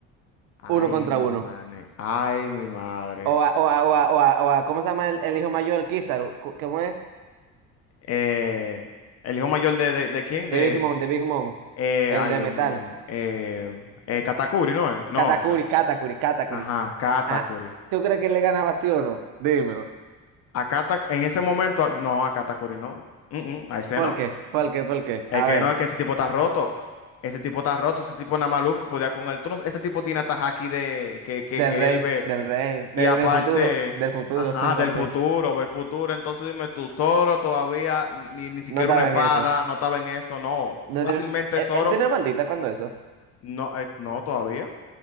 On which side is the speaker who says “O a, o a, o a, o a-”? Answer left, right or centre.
Right